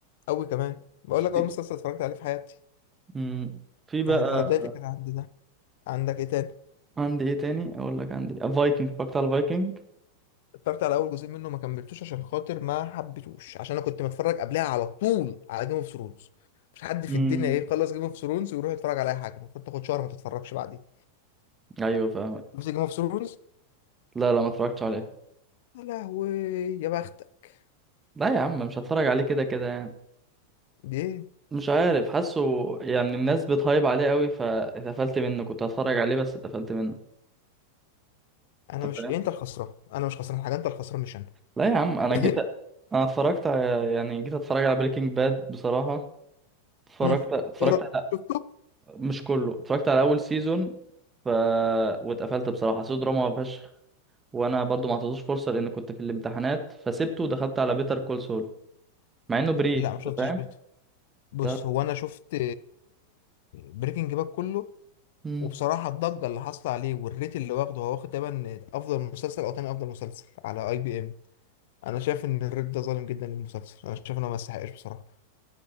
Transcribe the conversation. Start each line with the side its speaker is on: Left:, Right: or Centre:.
Left: قوي كمان بقول
Right: في
Left: لك اول مسلسل اتفرجت عليه في حياتي
Right: مم. في
Left: يعني
Right: بقى
Left: انا بدايتي كانت عند ده عندك ايه تاني
Right: عندي ايه تاني اقول لك عندي فايكنج اتفرجت على الفايكنج
Left: اتفرجت على اول جزئين منه ما كملتوش عشان خاطر ما حبيتوش عشان انا كنت متفرج قبلها على طول على جيم اوف ثرونز مش حد في
Right: امم
Left: الدنيا ايه يخلص جيم اوف ثرونز ويروح يتفرج على اي حاجه المفروض تاخد شهر ما تتفرجش بعدين
Right: ايوه فاهمك
Left: بس جيم اوف ثرونز
Right: لا لا ما اتفرجتش عليه
Left: يا لهوي يا بختك
Right: لا يا عم مش هتفرج عليه كده كده يعني
Left: دي ايه
Right: مش عارف حاسه يعني الناس بتهايب عليه قوي فاتقفلت منه كنت هتفرج عليه بس اتقفلت منه
Left: انا
Right: انت
Left: مش
Right: فاهم
Left: إيه انت الخسران انا مش خسران حاجه انت الخسران مش انا
Right: لا يا عم انا
Left: <laughs>
Right: جيت انا اتفرجت على يعني جيت اتفرج على بريكنج باد بصراحة اتفرجت
Left: مم.
Right: اتفرجت
Left: ايه رايك
Right: على
Left: شفته
Right: مش كله اتفرجت على اول سيزون ف واتقفلت بصراحة حسيته دراما فشخ وانا برضو ما اعطيتوش فرصة لان كنت في الامتحانات فسبته ودخلت على بيتر كول سول مع انه بري
Left: لا
Right: انت
Left: ما شفتش
Right: فاهم
Left: بيته بص
Right: لا
Left: هو انا شفت بريكنج باك كله
Right: مم.
Left: وبصراحه الضجه اللي حاصله عليه والريت اللي واخده هو واخد تقريبا افضل مسلسل او تاني افضل مسلسل على اي بي ام انا شايف ان الريد ده ظالم جدا للمسلسل انا شايف انه ما يستحقش بصراحه